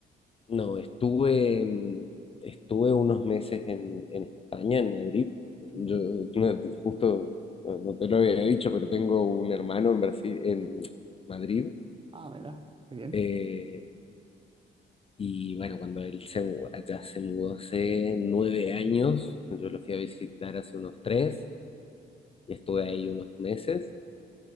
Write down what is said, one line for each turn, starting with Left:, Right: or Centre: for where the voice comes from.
Left: No, estuve, en- estuve unos meses en, en España, en Madrid. Yo
Right: Ujú.
Left: no, justo, no no te lo había dicho, pero tengo un hermano en Brasil, en Madrid.
Right: Ah, mira, qué bien.
Left: Eh, Y bueno, cuando él se, mu- allá se mudó hace nueve años, yo lo fui a visitar hace unos tres y estuve ahí unos meses.